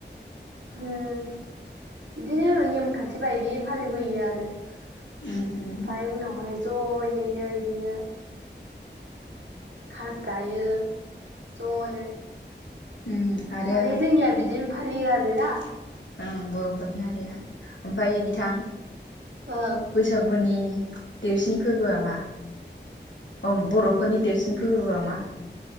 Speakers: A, on the right; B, on the left.
A: हुम बिदिनो नेमखा थिबायदि फालिबोयो आरो ओमफफ्राय
B: उम उम
A: उनावहाय ज'यैनो बिदिनो खाजायो ज'नो।
B: उम आरो
A: माने जोंनिया बिदिनो फालियो आरो ना।
B: उम बर'फोरनि हारिया ओमफ्रायायो बिथां
A: ओं
B: बैसागुनि देरसिन फोरबोआ मा ओम बर'फोरनि देरसिन फोरबोआ मा